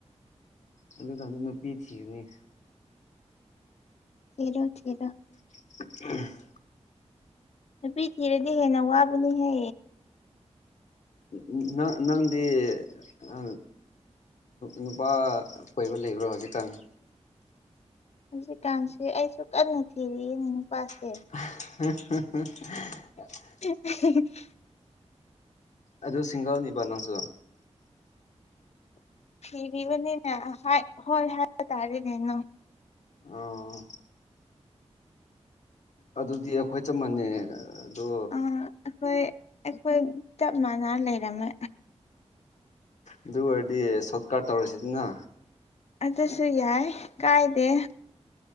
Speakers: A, on the left; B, on the left.
A: ꯑꯗꯨꯗ ꯅꯨꯄꯤ ꯊꯤꯔꯅꯤ
B: ꯊꯤꯔꯣ ꯊꯤꯔꯣ
A: <inaudible>
B: ꯅꯨꯄꯤ ꯊꯤꯔꯗꯤ ꯍꯦꯟꯅ ꯋꯥꯕꯅꯤꯍꯦ
A: ꯎꯝ ꯅꯪ ꯅꯪꯗꯤ ꯑ ꯅꯨꯄꯥ ꯀꯣꯏꯕ ꯂꯩꯕ꯭ꯔꯣ ꯍꯧꯖꯤꯛ ꯀꯥꯟ
B: ꯍꯧꯖꯤꯛꯀꯥꯟꯁꯤꯗꯤ ꯑꯩꯁꯨ ꯀꯟꯅ ꯊꯤꯔꯤꯅꯦ ꯅꯨꯄꯥꯁꯦ
A: <inaudible>
B: <inaudible>
A: ꯑꯗꯨ ꯁꯤꯡꯒꯜꯅꯤꯕ ꯅꯪꯁꯨ
B: ꯊꯤꯔꯤꯕꯅꯤꯅꯦ ꯍꯣꯏ ꯍꯥꯏꯕ ꯇꯥꯔꯦꯅꯦ ꯅ
A: ꯑꯣ ꯑꯗꯨꯗꯤ ꯑꯩꯈꯣꯏ ꯆꯞ ꯃꯥꯟꯅꯦ ꯑꯗꯣ
B: ꯑ ꯑꯩꯈꯣꯏ ꯑꯩꯈꯣꯏ ꯆꯞ ꯃꯥꯟꯅ ꯂꯩꯔꯝꯃꯦ
A: ꯑꯗꯨ ꯑꯣꯏꯔꯗꯤ ꯁꯣꯔꯠꯀꯥꯠ ꯇꯧꯔꯁꯤꯅ
B: ꯑꯗꯁꯨ ꯌꯥꯏ ꯀꯥꯏꯗꯦ